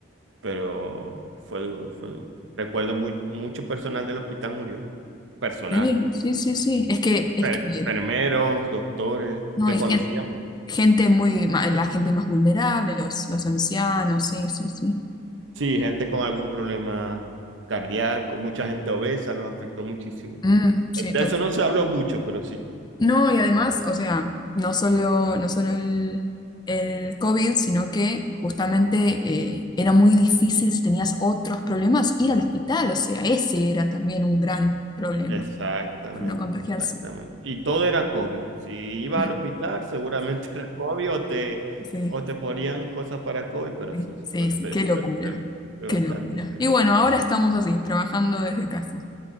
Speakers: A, on the right; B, on the left.
A: Pero fue duro, fue duro. Recuerdo muy, mucho personal del hospital murió. Personal,
B: Sí, sí, sí, sí. Es que,
A: enfer-
B: es que,
A: enfermeros, doctores
B: no,
A: que
B: hay
A: conocíamos.
B: gente, gente muy, ma- la gente más vulnerable, los, los ancianos, sí, sí, sí.
A: Sí, gente con algún problema cardíaco, mucha gente obesa, los afectó muchísimo.
B: Mm, sí,
A: De eso no se habló mucho, pero sí.
B: No, y además, o sea, no solo, no solo el, el COVID, sino que justamente eh, era muy difícil si tenías otros problemas ir al hospital, o sea, ese era también un gran problema
A: Exactamente,
B: para no contagiarse.
A: exactamente. Y todo era COVID. Si ibas
B: Mm,
A: al hospital, seguramente <laughs> era COVID o te,
B: Sí,
A: o te ponían cosas para COVID, pero
B: sí,
A: sí, sí,
B: sí,
A: fue feo,
B: sí, qué locura,
A: fue feo, fue
B: qué
A: bastante
B: locura.
A: feo.
B: Y bueno, ahora estamos así, trabajando desde casa.